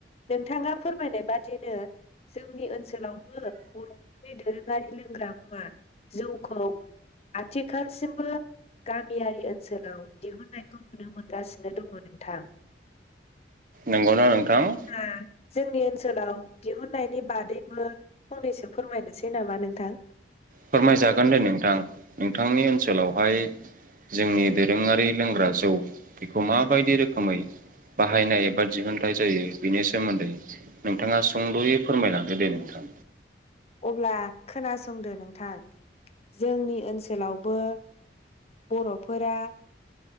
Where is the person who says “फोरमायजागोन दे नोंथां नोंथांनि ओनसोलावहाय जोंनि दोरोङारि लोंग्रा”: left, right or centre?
Right